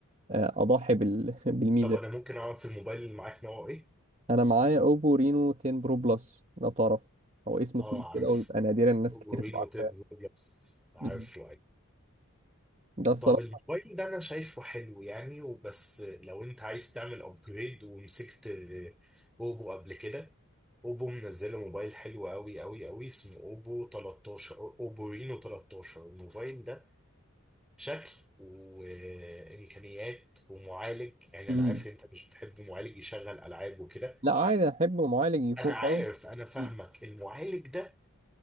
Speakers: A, on the right; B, in the centre.
A: آه، اضحي بال... <laughs> بالميزه
B: طب انا
A: دي.
B: ممكن اعرف الموبايل اللي معاك نوعه ايه
A: انا معايا اوبو رينو 10 برو بلس لو تعرف هو اسمه
B: اه
A: طويل
B: عارف
A: كده ويبقى نادرا الناس
B: جرين
A: كتير تبقى
B: وتيب
A: عارفاه
B: بس عارف
A: مم. ده الصراحه
B: طب الموبايل ده انا شايفه حلو يعني وبس لو انت عايز تعمل ابجريد ومسكت آه، اوبو قبل كده اوبو منزله موبايل حلو قوي قوي قوي اسمه اوبو 13 اوبو رينو 13 الموبايل ده شكل وامكانيات ومعالج يعني
A: مم.
B: انا عارف انت مش بتحب معالج يشغل العاب وكده
A: لا عادي احب معالج يكون
B: انا
A: قوي
B: عارف انا فاهمك
A: مم.
B: المعالج ده